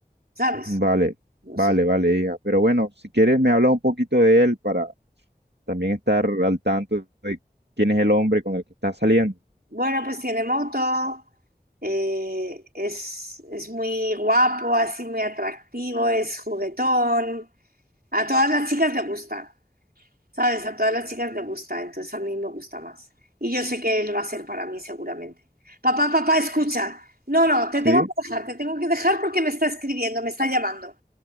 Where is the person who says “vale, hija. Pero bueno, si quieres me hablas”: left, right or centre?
Right